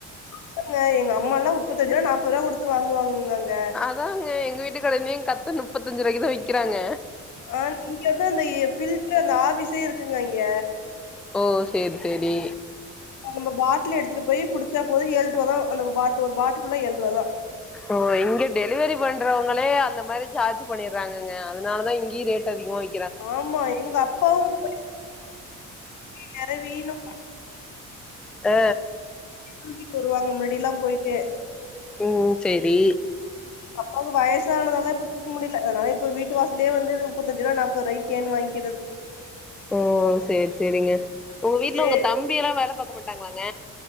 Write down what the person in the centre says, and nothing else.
ஆமாங்க எங்க வீட்டு <unintelligible> கத்து முப்பத்தஞ்சு ரூபாய்க்கி தா விக்கிறாங்க
ஓ சேர் சேரி.
ஓ இங்க டெலிவரி பண்றவங்களே அந்த மாரி சார்ஜ் பண்ணிர்றாங்கங்க. அதுனாலதா இங்கியு ரேட் அதிகமா வி
அ.
ம் சேரி.
ஓ சேர் சேரிங்க உங்க வீட்ல
உங்க தம்பி எல்லா வேல பாக்க மாட்டாங்களாங்க?